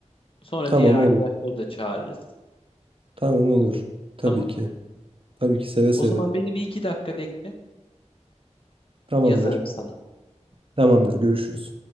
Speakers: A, on the left; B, on the right.
A: Sonra
B: Tamam
A: diğer arkadaşları
B: olur.
A: da çağırırız.
B: Tamam olur. Tabii
A: Tamam.
B: ki. Tabii ki seve seve.
A: O zaman beni bir iki dakika bekle.
B: Tamamdır.
A: Yazarım sana.
B: Tamamdır. Görüşürüz.